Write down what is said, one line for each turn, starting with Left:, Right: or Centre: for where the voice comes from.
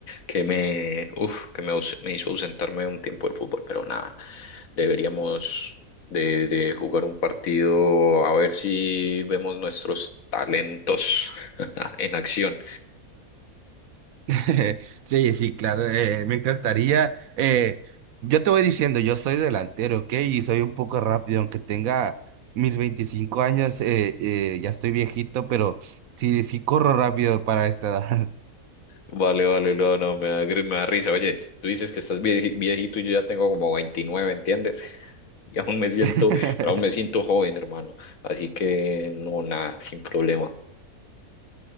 Left: que me, uf, que me, aus- me hizo ausentarme un tiempo del fútbol, pero nada, deberíamos de, de jugar un partido a ver si vemos nuestros talentos <laughs> en acción.
Right: <laughs> Sí, sí, claro, eh, me encantaría. eh, yo te voy diciendo, yo soy delantero, ¿ok? Y soy un poco rápido, aunque tenga mis veinticinco años, eh, eh, ya estoy viejito, pero sí, sí corro rápido para esta edad.
Left: Vale, vale, no, no, me da, gri- me da risa. Oye, tú dices que estás vieji- viejito y yo ya tengo como veintinueve ¿entiendes? <laughs> Y aún me siento,
Right: <laughs>
Left: pero aún me siento joven, hermano. Así que no, nada, sin problema.